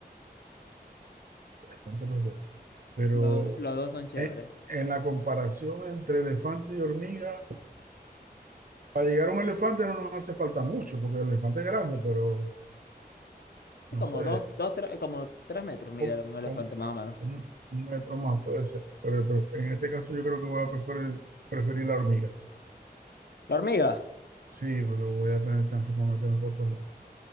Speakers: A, on the right; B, on the left.
A: interesantes los dos. Pero
B: Los, los dos son chéveres.
A: eh, en la comparación entre elefante y hormiga, para llegar a un elefante no nos hace falta mucho, porque el elefante es grande, pero
B: Sí,
A: no
B: como
A: sé,
B: dos, dos, tres, como tres metros mide
A: con,
B: un elefante
A: con
B: más o menos.
A: un, un metro más puede ser. Pero, pero en este caso yo creo que voy a preferir, preferir la hormiga.
B: La hormiga.
A: Sí, porque voy a tener chance para meterme por todos lados.